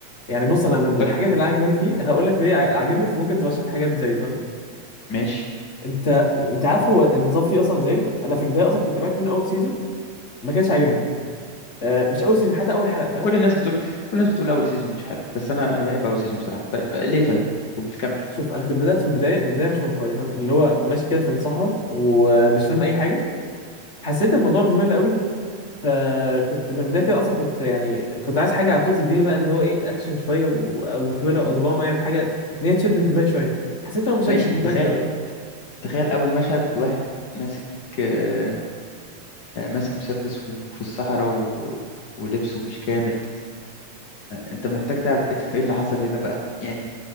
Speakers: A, on the left; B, on the left.
A: يعني بص انا من
B: طيب
A: الحاجات اللي عجباني فيه هقول لك ليه ع- عجبني فممكن تبقى شرح حاجات زي فاهم
B: ماشي
A: انت انت عارف هو النظام فيه اصلا ازاي انا في البدايه اصلا كنت تابعت منه اول سيزون ما كانش عاجبني آه مش اول سيزون حتى اول حلقه فاهم
B: كل الناس بتقول كل الناس بتقول اول سيزون مش حلو بس انا انا بحب اول سيزون بصراحه طيب آه، ليه طيب قول كمل
A: شوف انا كنت بدات في البدايه البدايه مش منطقيه فاهم اللي هو ماشي كده في الصحراء ومش فاهم اي حاجه حسيت الموضوع ممل قوي فكنت من البدايه كده اصلا كنت يعني كنت عايز حاجه على طول تديني بقى اللي هو ايه اكشن شويه و- او ثريلر او دراما يعني حاجه ان هي تشد انتباهي شويه حسيتها ما شدتش
B: ماشي
A: انتباهي
B: انت تخيل
A: في الاول
B: تخيل اول مشهد واحد ماسك آه، آه، ماسك مسدس وفي الصحراء و... ولبسه مش كامل انت محتاج تعرف ايه <laughs> إيه اللي حصل هنا بقى يعني